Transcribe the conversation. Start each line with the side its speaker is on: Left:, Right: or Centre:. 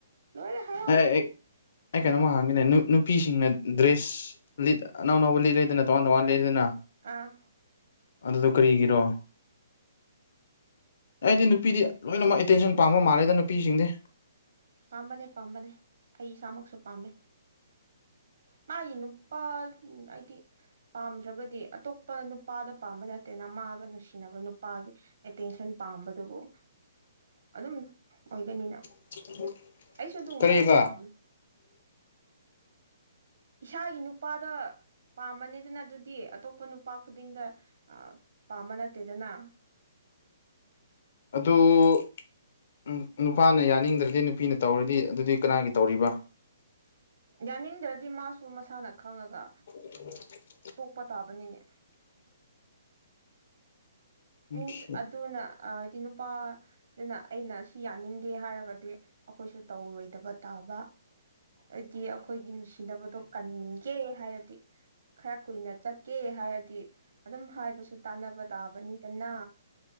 Right: ꯂꯣꯏꯔꯦ ꯍꯔꯥꯎꯕꯗꯤ
Left: ꯑꯩ ꯑꯩ ꯑꯩ ꯀꯩꯅꯣꯃ ꯍꯪꯒꯦꯅꯦ ꯅꯨ-ꯅꯨꯄꯤꯁꯤꯡꯅ ꯗ꯭ꯔꯦꯁ ꯂꯤꯠ ꯑꯅꯧ ꯑꯅꯧꯕ ꯂꯤꯠꯂꯤꯗꯅ ꯇꯣꯉꯥꯟ ꯇꯣꯉꯥꯟ ꯂꯤꯠꯂꯤꯗꯅ
Right: ꯑꯥ
Left: ꯑꯗꯨꯗꯣ ꯀꯔꯤꯒꯤꯔꯣ ꯑꯩꯗꯤ ꯅꯨꯄꯤꯗꯤ ꯂꯣꯏꯅꯃꯛ ꯑꯦꯇꯦꯟꯁꯟ ꯄꯥꯝꯕ ꯃꯥꯜꯂꯦꯗ ꯅꯨꯄꯤꯁꯤꯡꯗꯤ
Right: ꯄꯥꯝꯕꯅꯦ ꯄꯥꯝꯕꯅꯦ ꯑꯩ ꯏꯁꯥꯃꯛꯁꯨ ꯄꯥꯝꯃꯦ ꯃꯥꯒꯤ ꯅꯨꯄꯥꯗꯨ ꯑꯩꯗꯤ ꯄꯥꯝꯗ꯭ꯔꯒꯗꯤ ꯑꯇꯣꯞꯄ ꯅꯨꯄꯥꯗ ꯄꯥꯝꯕ ꯅꯠꯇꯦꯅ ꯃꯥꯒ ꯅꯨꯡꯁꯤꯅꯕ ꯅꯨꯄꯥꯒꯤ ꯑꯦꯇꯦꯟꯁꯟ ꯄꯥꯝꯕꯗꯨꯕꯨ ꯑꯗꯨꯝ ꯑꯣꯏꯒꯅꯤꯅ
Left: <inaudible>
Right: ꯑꯩꯁꯨ ꯑꯗꯨꯒꯨꯝꯕ
Left: ꯀꯔꯤꯕ
Right: ꯌꯥꯝ ꯄꯥꯝꯃꯦ ꯏꯁꯥꯒꯤ ꯅꯨꯄꯥꯗ ꯄꯥꯝꯕꯅꯦꯗꯅ ꯑꯗꯨꯗꯤ ꯑꯇꯣꯞꯄ ꯅꯨꯄꯥ ꯈꯨꯗꯤꯡꯗ ꯑ ꯄꯥꯝꯕ ꯅꯠꯇꯦꯗꯅ
Left: ꯑꯗꯣ ꯎꯝ ꯅꯨꯄꯥꯅ ꯌꯥꯅꯤꯡꯗ꯭ꯔꯗꯤ ꯅꯨꯄꯤꯅ ꯇꯧꯔꯗꯤ ꯑꯗꯨꯗꯤ ꯀꯅꯥꯒꯤ ꯇꯧꯔꯤꯕ
Right: ꯌꯥꯅꯤꯡꯗ꯭ꯔꯗꯤ ꯃꯥꯁꯨ ꯃꯁꯥꯅ ꯈꯪꯉꯒ
Left: <inaudible>
Right: ꯇꯣꯛꯄ ꯇꯥꯕꯅꯤꯅꯦ
Left: ꯑꯣꯀꯦ
Right: ꯃꯤꯟꯁ ꯑꯗꯨꯅ ꯑ ꯍꯥꯏꯗꯤ ꯅꯨꯄꯥꯗꯨꯅ ꯑꯩꯅ ꯁꯤ ꯌꯥꯅꯤꯡꯗꯦ ꯍꯥꯏꯔꯒꯗꯤ ꯑꯩꯈꯣꯏꯁꯨ ꯇꯧꯔꯣꯏꯗꯕ ꯇꯥꯕ ꯍꯥꯏꯗꯤ ꯑꯩꯈꯣꯏꯒꯤ ꯅꯨꯡꯁꯤ ꯁꯤꯗꯕꯗꯣ ꯀꯟꯒꯦ ꯍꯥꯏꯔꯗꯤ ꯈꯔ ꯀꯨꯏꯅ ꯆꯠꯀꯦ ꯍꯥꯏꯔꯗꯤ ꯑꯗꯨꯝ ꯍꯥꯏꯕꯁꯨ ꯇꯥꯟꯅꯕ ꯇꯥꯕꯅꯤꯗꯅꯥ